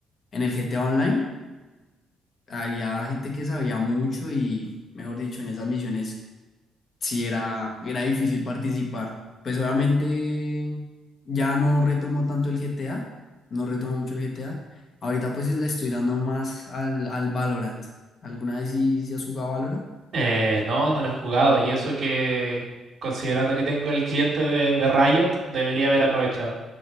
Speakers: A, on the left; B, on the right.
A: en el GTA Online. Había gente que sabía mucho y, mejor dicho, en esas misiones sí era, era difícil participar. Pues obviamente ya no retomo tanto el GTA, no retomo mucho el GTA. Ahorita pues le estoy dando más al, al Valorant. ¿Alguna vez sí, sí has jugado Valorant?
B: Eh, no, no lo he jugado y eso que, considerando que tengo el cliente de, de Riot, debería haber aprovechado,